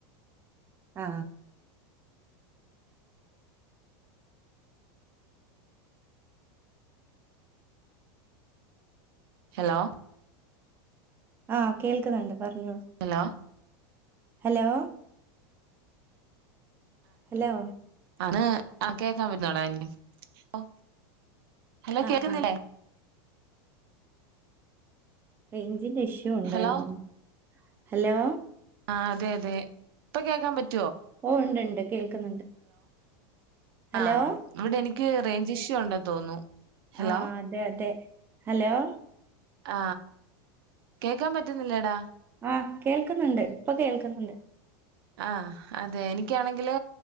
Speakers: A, on the right (about 15°); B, on the right (about 70°).
A: ആ
B: ഹലോ
A: ആ കേൾക്കുന്നുണ്ട് പറഞ്ഞോളൂ
B: ഹലോ
A: ഹലോ ഹലോ
B: ആണ് ആ കേക്കാൻ പറ്റുന്നോടാ എന്റെ ഓ ഹലോ
A: ആഹ്
B: കേക്കുന്നില്ലേ
A: ആഹ് റേഞ്ചിന്റെ ഇ ഇഷ്യൂ ഉണ്ടേന്ന്
B: ഹലോ
A: തോന്നുന്നു ഹലോ
B: ആ അതെ അതെ ഇപ്പൊ കേൾക്കാൻ പറ്റു
A: ഓ ഉണ്ട്ണ്ട് കേൾക്കുന്നുണ്ട് ഹലോ
B: ആ ഇവിടെ എനിക്ക് നിക്ക് റേഞ്ച് ഇഷ്യു ഉണ്ടെന്ന് തോന്നുന്നു ഹലോ
A: ആ അതെ അതെ ഹലോ
B: ആ കേൾക്കാൻ പറ്റുന്നില്ലേടാ
A: ആഹ് കേൾക്കുന്നുണ്ട് ഇപ്പൊ കേൾക്കുന്നുണ്ട്
B: ആ അതെ എനിക്കാണെങ്കില്